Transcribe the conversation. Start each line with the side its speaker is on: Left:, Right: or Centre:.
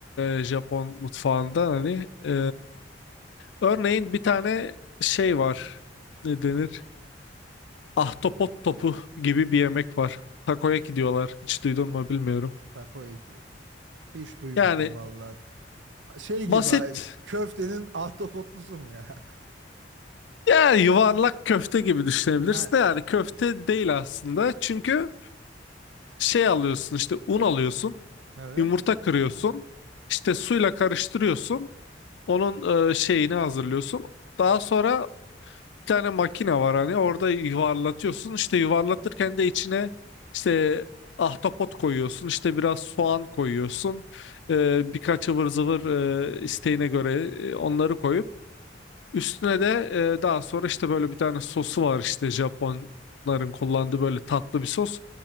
Left: e, Japon mutfağında hani e, örneğin bir tane şey var ne denir ahtapot topu gibi bir yemek var takoyaki diyorlar hiç duydun mu bilmiyorum
Right: Takoyaki. Hiç duymadım
Left: yani
Right: valla. Şey
Left: basit
Right: gibi ha, köftenin ahtapotlusu mu ya? <laughs>
Left: yani yuvarlak köfte gibi düşünebilirsin
Right: Ha,
Left: de yani köfte değil aslında çünkü şey alıyorsun işte un alıyorsun
Right: evet.
Left: yumurta kırıyorsun işte suyla karıştırıyorsun onun e, şeyini hazırlıyorsun daha sonra bir tane makine var hani orada yuvarlatıyorsun işte yuvarlatırken de içine işte ahtapot koyuyorsun işte biraz soğan koyuyorsun e, birkaç ıvır zıvır e, isteğine göre e, onları koyup üstüne de e, daha sonra işte böyle bir tane sosu var işte Japonların kullandığı böyle tatlı bir sos